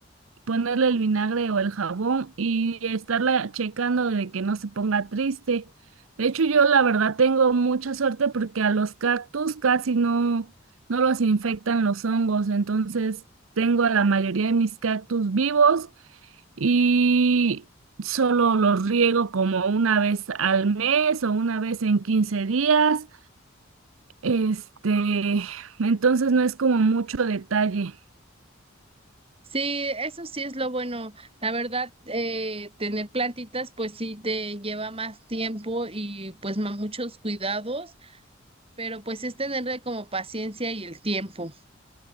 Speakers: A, on the right; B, on the right.
A: ponerle el vinagre o el jabón y estarla checando de que no se ponga triste. De hecho, yo la verdad tengo mucha suerte porque a los cactus casi no, no los infectan los hongos, entonces tengo a la mayoría de mis cactus vivos y solo los riego como una vez al mes o una vez en 15 días. Este, entonces no es como mucho detalle.
B: Sí, eso sí es lo bueno. La verdad, eh, tener plantitas, pues sí te lleva más tiempo y pues ma- muchos cuidados, pero pues es tenerle como paciencia y el tiempo.